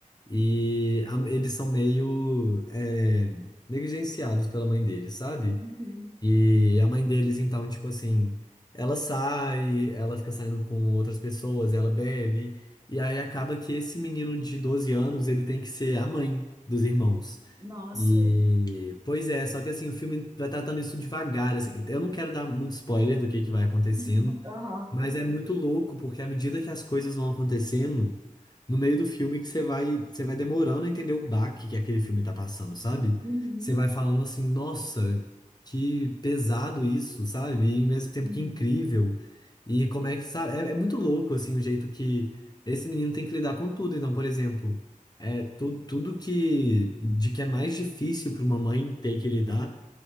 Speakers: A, on the left; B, on the right.
A: e a- eles são meio é, negligenciados pela mãe deles, sabe?
B: uhum.
A: E a mãe deles, então, tipo assim, ela sai, ela fica saindo com outras pessoas, ela bebe, e aí acaba que esse menino de 12 anos, ele tem que ser a mãe dos irmãos.
B: Nossa.
A: E, pois é, só que assim, o filme vai tratando isso devagar, assim. Eu não quero dar muito spoiler do que que vai acontecendo,
B: <laughs> Aham.
A: mas é muito louco, porque à medida que as coisas vão acontecendo, no meio do filme que você vai, você vai demorando a entender o baque que aquele filme tá passando, sabe?
B: Uhum.
A: Você vai falando assim, nossa, que pesado isso, sabe? E ao mesmo tempo
B: Uhum.
A: que incrível. E como é que, sabe? É, é muito louco, assim, o jeito que esse menino tem que lidar com tudo. Então, por exemplo, é tu, tudo que, de que é mais difícil para uma mãe ter que lidar